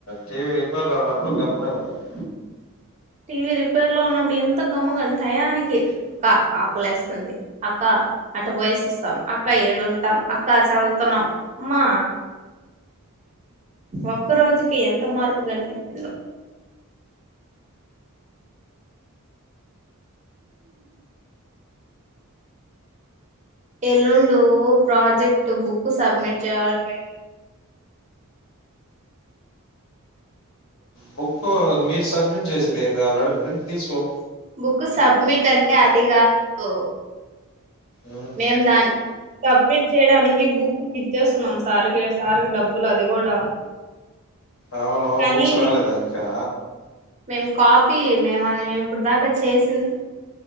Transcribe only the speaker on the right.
టీవీ రిపేర్ లో ఉన్నప్పుడు ఎంత గమ్ముగా టయానికి అక్క ఆకలేస్తుంది అక్క అటు పోయేసి వస్తాం అక్క ఏడుంటాం అక్క చదువుతున్నాం మా ఒక్క రోజుకి ఎంత మార్పు కనిపించిందో ఎల్లుండి ప్రాజెక్ట్ బుక్ సబ్మిట్ చేయాలే
బుక్ సబ్మిట్ అంటే అదిగాదు గో
మేము దాని సబ్మిట్ చేయడానికి బుక్ కి ఇచ్చేస్తున్నాం సార్ కి సార్ డబ్బులు అది కూడా
కానీ
మేం కాపీ మేము ఇప్పుడిదాకా చేసింది.